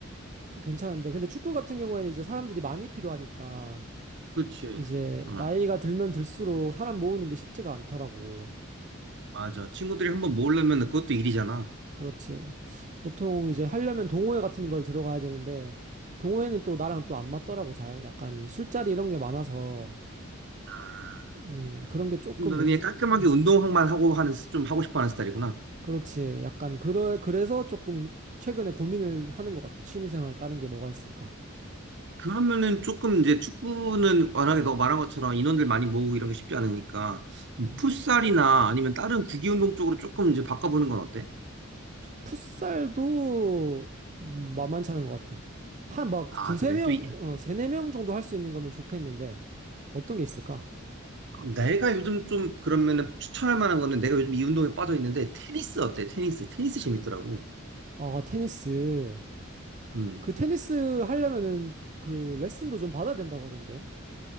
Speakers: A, on the right; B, on the right.
A: 괜찮은데 근데 축구 같은 경우에는 이제 사람들이 많이 필요하니까
B: 그치.
A: 이제
B: 어,
A: 나이가 들면 들수록 사람 모으는 게 쉽지가 않더라고.
B: 맞아. 친구들이 한번 모으려면 그것도 일이잖아.
A: 그렇지. 보통 이제 하려면 동호회 같은 걸 들어가야 되는데 동호회는 또 나랑 또 안 맞더라고 잘. 약간 술자리 이런 게 많아서
B: 아,
A: 음, 그런 게 조금
B: 그럼 너는
A: 문제,
B: 그냥 깔끔하게
A: 음,
B: 운동만 하고 하는 좀 하고 싶어 하는 스타일이구나.
A: 그렇지. 약간, 그러, 그래서 조금 최근에 고민을 하는 것 같아. 취미생활 다른 게 뭐가 있을까?
B: 그러면은 조금 이제 축구는 워낙에 너 말한 것처럼 인원들 많이 모으고 이런 게 쉽지 않으니까
A: 음.
B: 풋살이나 아니면 다른 구기 운동 쪽으로 조금 이제 바꿔보는 건 어때?
A: 풋살도 만만찮은 것 같아. 한 막
B: 아,
A: 두세
B: 그래.
A: 명,
B: 또 이-
A: 어, 세네 명 정도 할 수 있는 거면 좋겠는데, 어떤 게 있을까?
B: 내가 요즘 좀 그러면은 추천할 만한 거는 내가 요즘 이 운동에 빠져 있는데 테니스 어때? 테니스. 테니스 재밌더라고.
A: 아, 테니스.
B: 음.
A: 그 테니스 하려면은 그 레슨도 좀 받아야 된다고 하던데.